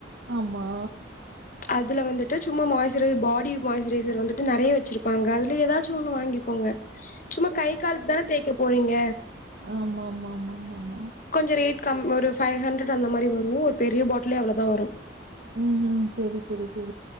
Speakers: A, on the right (about 70°); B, on the left (about 45°).
A: ஆமா
B: அதில வந்துட்டு சும்மா மாய்சஸ்சுரைர் பாடி மாயஸ்சுரரைசர் வந்துட்டு நிறைய வச்சுருப்பாங்க அதுல ஏதாச்சும் ஒன்னு வாங்கிக்கோங்க சும்மா கை காலுக்கு தானே தேய்க் போறீங்க
A: ஆமா ஆமா ஆமா ஆமா ஆமா
B: கொஞ்சோ ரேட் கம் ஒரு பைவ்ஹண்ரட் அந்த மாதிரி வரும் ஒரு பெரிய பாட்லே அவ்வளோதான் வரும்
A: ம் உம் சரி சரி சரி